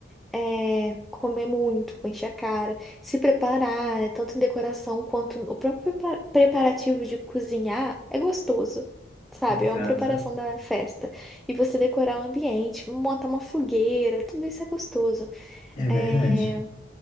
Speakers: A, in the centre; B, on the left.
A: É, comer muito, encher a cara, se preparar, né, tanto em decoração quanto o próprio prepa- preparativo de cozinhar é gostoso, sabe?
B: Exato,
A: É uma preparação da festa. E você decorar o ambiente, montar uma fogueira, tudo isso é gostoso.
B: é verdade.
A: É,